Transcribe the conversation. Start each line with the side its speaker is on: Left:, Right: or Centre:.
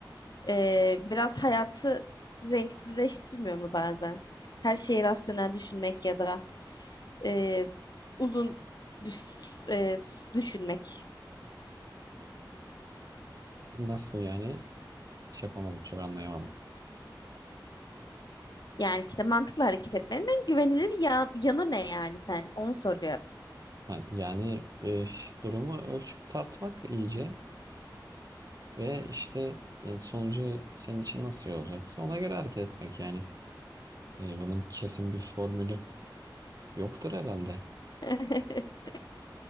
Left: e, biraz hayatı renksizleştirmiyor mu bazen? Her şeyi rasyonel düşünmek ya da e, uzun düş- e, düşünmek.
Right: Nasıl yani? Şey yapamadım. Çok anlayamadım.
Left: Yani işte mantıklı hareket etmenin güvenilir ya- yanı ne yani sen? Onu soruyor.
Right: Ha, yani e, durumu ölçüp tartmak iyice ve işte e, sonucu senin için nasıl olacaksa ona göre hareket etmek yani. E, bunun kesin bir formülü yoktur herhalde.
Left: <laughs>